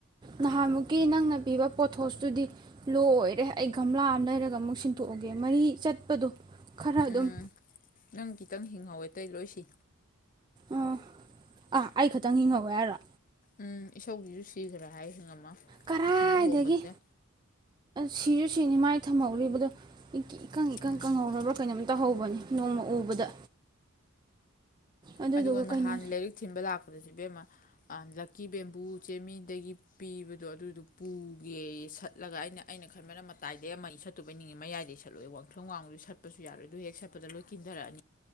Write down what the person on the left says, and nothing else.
ꯎꯝ ꯅꯪ ꯈꯤꯇꯪ ꯍꯤꯡꯍꯧꯋꯦ ꯑꯇꯩ ꯂꯣꯏꯁꯤ
ꯎꯝ ꯏꯁꯧꯗꯨꯁꯨ ꯁꯤꯈ꯭ꯔꯦ ꯍꯥꯏ ꯉꯝ
ꯑꯁꯨꯝꯗ ꯍꯣꯡꯕꯒꯦꯅꯦ
ꯎꯝ
ꯑꯗꯨꯒ ꯅꯍꯥꯟ
ꯂꯥꯏꯔꯤꯛ ꯊꯤꯟꯕ ꯂꯥꯛꯄꯗꯁꯨ ꯏꯕꯦꯝꯃ ꯂꯛꯀꯤ ꯕꯦꯝꯕꯨ ꯆꯦꯃꯤꯗꯒꯤ ꯄꯤꯕꯗꯣ ꯑꯗꯨꯗꯨ ꯄꯨꯒꯦ ꯁꯠꯂꯒ ꯑꯩꯅ ꯑꯩꯅ ꯈꯟꯕꯅ ꯃꯇꯥꯏꯗꯒꯤ ꯑꯃ ꯑꯅꯤ ꯑ ꯁꯠꯇꯨꯕꯩ ꯅꯤꯡꯉꯤ ꯃꯌꯥꯏꯗꯒꯤ ꯁꯠꯂꯨꯌꯦ ꯋꯥꯇꯔꯤꯡ ꯋꯥꯡꯕꯨꯗꯨ ꯁꯠꯄꯁꯨ ꯌꯥꯔꯣꯏ ꯑꯗꯨ ꯍꯦꯛ ꯁꯠꯄꯗ ꯂꯣꯏ ꯀꯤꯟꯊꯔꯛꯑꯅꯤ